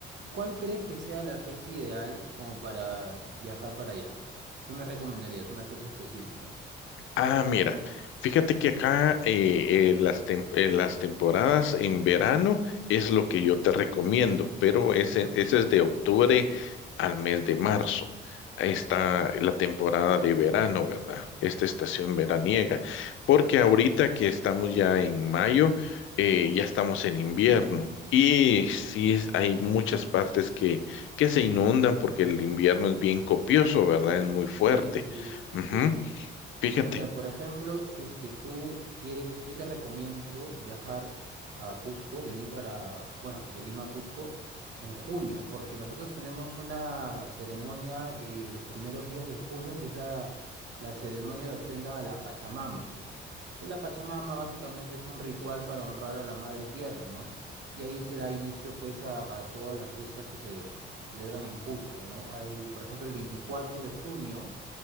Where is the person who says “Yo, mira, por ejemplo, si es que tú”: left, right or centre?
Right